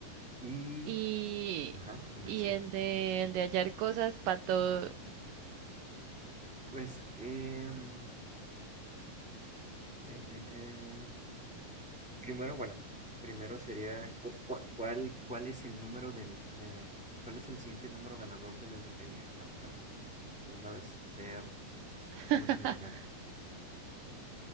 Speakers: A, in the centre; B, on the right.
A: Y,
B: Y,
A: ajá, en
B: y
A: el siguiente.
B: el de, el de hallar cosas para todo.
A: Pues, em, eh, eh, eh, primero, bueno, primero sería, cu- cu- ¿cuál, cuál, es el número del, de, cuál es el siguiente número ganador de la lotería? No, para de una vez ser
B: <laughs>
A: multimillonario.